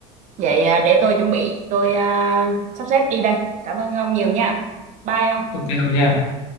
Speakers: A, on the right (about 45°); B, on the left (about 85°).
A: Vậy à, để tôi chuẩn bị, tôi à, sắp xếp đi đây. Cảm ơn ông nhiều nha. Bye ông.
B: ok không nha?